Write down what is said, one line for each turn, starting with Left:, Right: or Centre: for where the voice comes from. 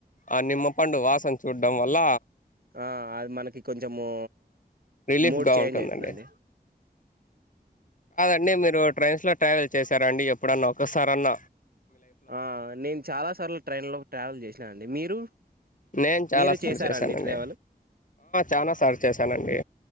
Left: ఆ నిమ్మపండు వాసన చూడడం వల్ల
Right: ఆ అది మనకి కొంచెము
Left: రిలీఫ్గా
Right: మూడు చేంజ్
Left: ఉంటుందండి
Right: అయితదండి.
Left: అంటే మీరు ట్రెయిన్స్లో ట్రావెల్ చేశారా అండి ఎప్పుడన్నా ఒకసారన్న
Right: ఆ నేను చాలా సార్లు ట్రైన్ లో ట్రావెల్ చేసిన ఇట్లా అండి మీరు
Left: నేను చాలాసార్లు
Right: మీరు చేసారా
Left: చేశానండి
Right: అండి ట్రావెల్
Left: చాలాసార్లు చేశానండి